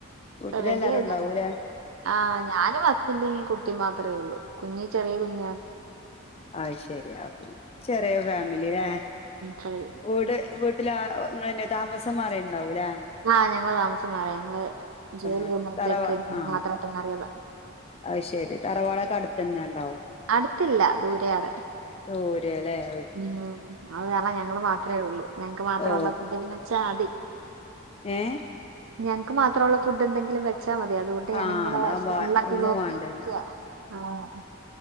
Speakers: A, on the left (about 30°); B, on the right (about 80°).
A: വീട്ടിലെല്ലാവരും
B: റെഡി ആയില്ലേ
A: ഇണ്ടാവൂലേ
B: ആഹ് ഞാനും ഹസ്ബൻഡും കുട്ടീം മാത്രേ ഉള്ളു കുഞ്ഞ് ചെറിയ കുഞ്ഞാണ്
A: അയ് ശരിയാ പിന്നെ ചെറിയ ഫാമിലില്ലേ
B: ശരി.
A: വീട് വീട്ടിലെ ആ ഇങ്ങളെന്നെയാ താമസം മാറിയിട്ട്ണ്ടാവും ല്ലേ
B: ആഹ് ഞങ്ങള് താമസം മാറി ഞങ്ങള് ജോലി
A: മാറി
B: ചെയ്യുന്നെടത്തേക്ക്
A: തറവാ ആ
B: മാത്രായിട്ട് മാറിയതാ
A: അത് ശരി തറവാടെക്കെ അടുത്തെന്നെ ഇണ്ടാവും
B: അടുത്തില്ല ദൂരെയാണ്
A: ദൂരെയാല്ലേ
B: ഉം അത് കാരണം ഞങ്ങൾ മാത്രേ ഒള്ളൂ ഞങ്ങക്ക് മാത്രമേ
A: ഓ
B: ഒള്ളത് എന്തേലും വെച്ചാ മതി
A: ഏഹ്
B: ഞങ്ങക്ക് മാത്രൊള്ള ഫുഡ് എന്തെങ്കിലും വെച്ച് ച്ചാ മതി അതുകൂട്ടി ഞാനിങ്ങനെ
A: ആഹ് അതാവുമ്പോ
B: സ്ഫോൺലൊക്കെ
A: ഒന്നും
B: നോക്കി
A: വാണ്ടല്ലോ
B: ക്ക്യ ആഹ്.